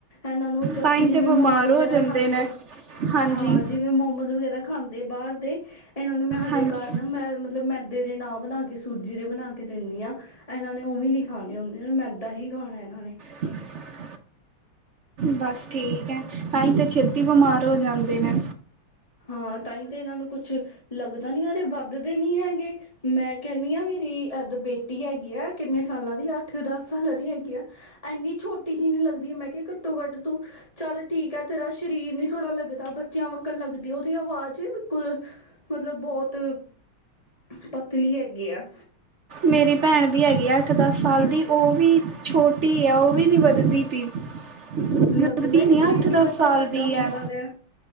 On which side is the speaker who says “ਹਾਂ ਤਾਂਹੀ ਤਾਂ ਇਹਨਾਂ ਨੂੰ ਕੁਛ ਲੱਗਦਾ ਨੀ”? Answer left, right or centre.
Left